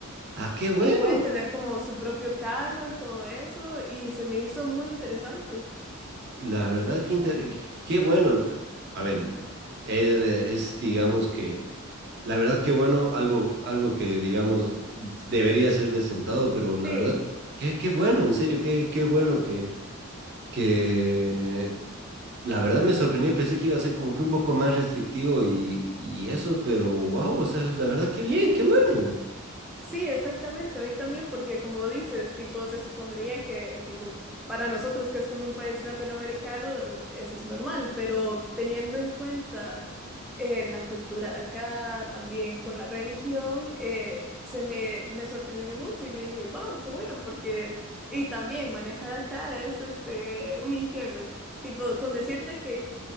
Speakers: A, on the right (about 50°); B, in the centre.
A: Ah, qué bueno.
B: y pueden tener como su propio carro y todo eso y se me hizo muy interesante.
A: La verdad, que inter- qué bueno. A ver, er, eh, es, digamos que, la verdad, qué bueno, algo, algo que, digamos, debería ser de sentado, pero la
B: Sí.
A: verdad, qué, qué bueno, en serio, qué, qué bueno que, que, la verdad me sorprendió, pensé que iba a ser como que un poco más restrictivo y, y eso, pero wow, o sea, la verdad, qué bien, qué bueno.
B: Sí, exactamente, a mí también, porque como dices, tipo, se supondría que, tipo, para nosotros que es como un país latinoamericano, eh, eso es normal, pero teniendo en cuenta eh, la cultura de acá, también con la religión, eh, se me, me sorprendió mucho. Yo dije, wow, qué bueno, porque... Y también manejar acá es este, un infierno. Tipo, con decirte que